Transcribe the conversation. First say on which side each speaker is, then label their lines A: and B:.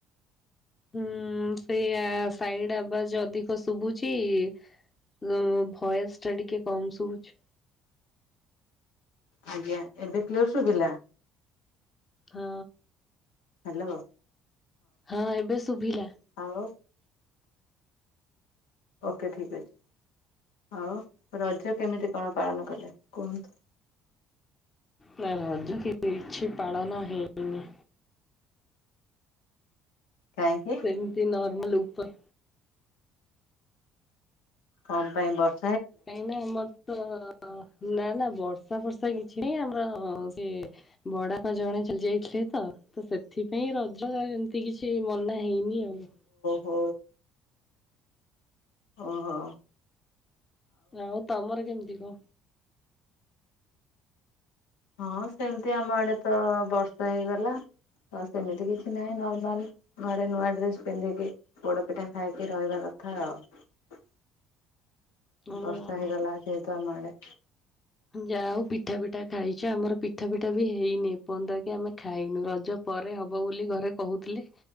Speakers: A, on the left; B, on the left.
A: ହୁଁ ସେଇଆ ସାଇଡ ଆବାଜ ଅଧିକ ଶୁଭୁ। ଛି ଉ ଭଏସ ଟା ଟିକେ କମ ଶୁଭୁଛି।
B: ଆଜ୍ଞା ଏବେ କ୍ଲିଅର ଶୁଭିଲା।
A: ହଁ।
B: ହାଲୋ।
A: ହଁ ଏବେ ଶୁଭିଲା।
B: ଆଉ ଓକେ ଠିକ ଅଛି ଆଉ ରଜ କେମିତି କଣ ପାଳନ କଲେ କୁହନ୍ତୁ।
A: ନା ରଜ କିଛି ପାଳନ ହେଇନି।
B: କାହିଁକି
A: ସେମିତି ନ। ନର୍ମାଲ ଉପ।
B: ତମ ପାଇଁ ବର୍
A: କାଇଁକି ନା ମୋର ତ। ଅ ନା ନା ବର୍ଷା ଫର୍ଷା କିଛି ନାଇଁ ଆମର ସେ ବଡା ପା ଜଣେ ଚାଲି ଯାଇଥିଲେ ତ ତ ସେଥିପାଇଁ ରଜ ଏମିତି କିଛି ମନା ହେଇନି ଆଉ। ହୁଁ।
B: ହୋ। ଓ ହୋ।
A: ହଉ ତମର କେମତି। <inaudible>
B: ହଁ ସେମିତି ଆମ ଆଡେ ତ ବର୍ଷା ହେଇଗଲା ଆଉ ସେମିତି କିଛି ନାହିଁ ନର୍ମାଲ ଘରେ ନୂଆ ଡ୍ରେସ ପିନ୍ଧିକି ପୋଡ ପିଠା ଖାଇକି ରହିବା କଥା ଆଉ
A: ହଁ
B: ବର୍ଷା ହେଇଗଲା ଆଜି ଯେହେତୁ ଆମ ଆଡେ
A: ଯା ହଉ ପିଠା ପିଠା ଖାଇଛ ଆମର ପିଠା ପିଠା ବି ହେଇନି ଏ ପର୍ଯ୍ୟନ୍ତ କି ଆମେ ଖାଇନୁ ରଜ ପରେ ହବ ବୋଲି ଘରେ କହୁଥିଲେ